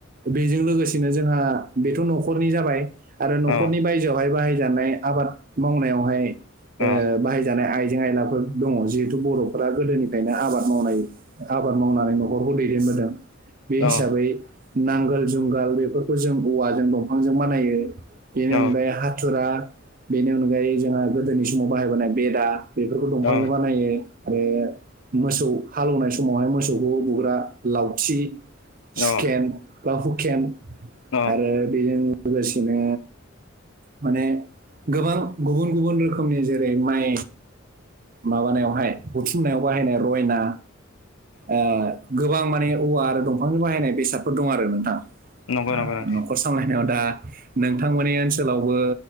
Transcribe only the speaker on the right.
बेजों लोगोसेनो जोंहा बेथ' न'खर न'खरनि जाबाय आरो न'खरनि
बायजोआवहाय बाहायजानाय आबाद मावनायावहाय ओ
बाहायजानाय आय जेंआइलाफोर दङ जिहेतु बर'फोरा गोदोनिफ्रायनो आबाद मावनाय आबाद मावनानैङ नखरखौ दैदेनबोदों बे हिसाबै
नांगोल जुंगाल बेफोरखौ जों औवाजों दं बिफांजों बानायो बेनि
अनगायै हाथुरा। बेनि अनगायै जोंहा गोदोनि समाव बाहायबोनाय बेदा बेफोरखौ दंफांजों
बानायो। आरो मोसौ हालेवनाय समावहाय मोसौखौ बुग्रा लावथि। सुखेम
बा हुकेम
आरो बेजों लोगोसेनो माने गोबां गुबुन गुबुन रोखोमनि जेरै माइ माबानायावहाय बुथुमनायाव बाहायनाय रयना। ओ गोबां माने औवा आरो दंफांनि बाहायनाय बेसादफोर दं आरो नोंथां।
न'खर
<unintelligible> दा नोंथांमोननि ओनसोलावबो